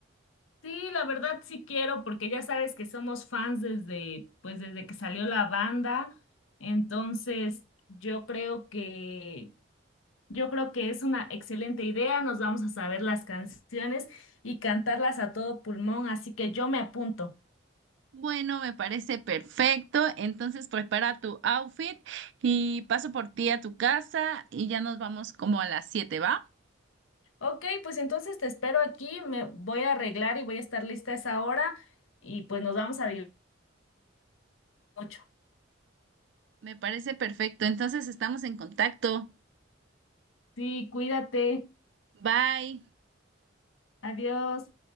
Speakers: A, on the left; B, on the right.
A: Sí, la verdad sí quiero, porque ya sabes que somos fans desde, pues desde que salió la banda, entonces yo creo que Yo creo que es una excelente idea, nos vamos a saber las canciones y cantarlas a todo pulmón, así que yo me apunto.
B: Bueno, me parece perfecto. Entonces prepara tu outfit y paso por ti a tu casa y ya nos vamos como a las siete ¿va?
A: Ok, pues entonces te espero aquí, me voy a arreglar y voy a estar lista a esa hora y pues nos vamos a divertir mucho.
B: Me parece perfecto. Entonces estamos en contacto.
A: Sí, cuídate,
B: Bye.
A: adiós.